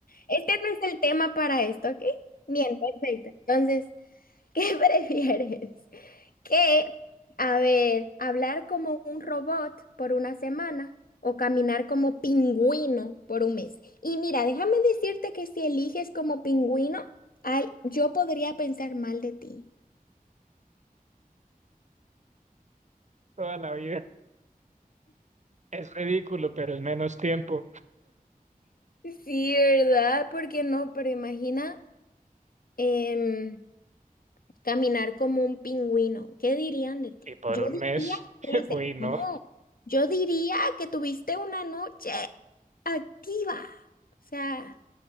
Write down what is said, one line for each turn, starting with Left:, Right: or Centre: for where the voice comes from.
Left: Este no es el tema para esto, ¿ok? Bien, perfecto. Entonces, ¿Qué <laughs> prefieres? ¿Que, a ver, hablar como un robot por una semana o caminar como pingüino por un mes? Y mira, déjame decirte que si eliges como pingüino, ay, yo podría pensar mal de ti.
Right: Toda la vida es ridículo, pero es menos tiempo.
Left: Sí, ¿verdad? ¿Por qué no? Pero imagina em, caminar como un pingüino. ¿Qué dirían de ti?
Right: Y por
Left: Yo
Right: un
Left: diría
Right: mes, <laughs>
Left: que, se-
Right: uy, no,
Left: no, yo diría que tuviste una noche activa. O sea...